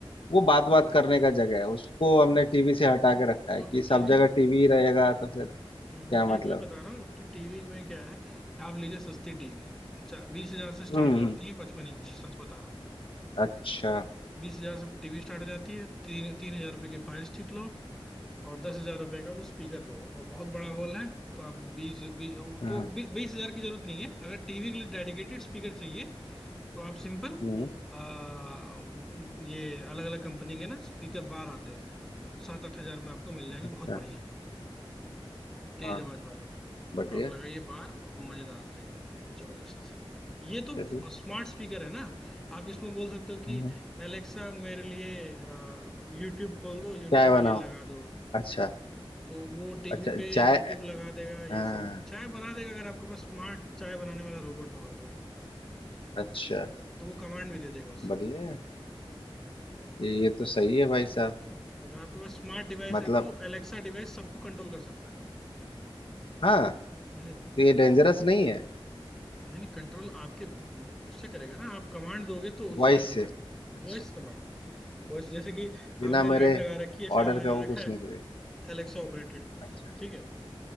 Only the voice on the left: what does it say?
वो बात बात करने का जगह है उसको हमने टीवी से हटा
के रखा है
कि
सब जगह
टीवी ही रहेगा तो फिर
क्या
मतलब
है?
हम्म
अच्छा
हाँ
हम्म
अच्छा,
हाँ
बढ़िया
चलिए
हम्म।
चाय
बनाओ
अच्छा
अच्छा
चाय
हाँ
अच्छा
बढ़िया है ये
ये तो सही है भाई साहब
मतलब
हाँ
तो ये डेंजरस नहीं है
वॉइस
से
अच्छा
बिना
मेरे
ऑर्डर
का वो
कुछ
नहीं करेगा
अच्छा अच्छा